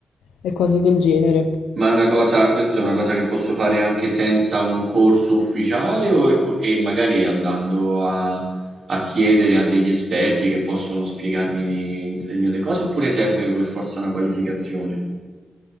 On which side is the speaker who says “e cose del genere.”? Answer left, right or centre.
Left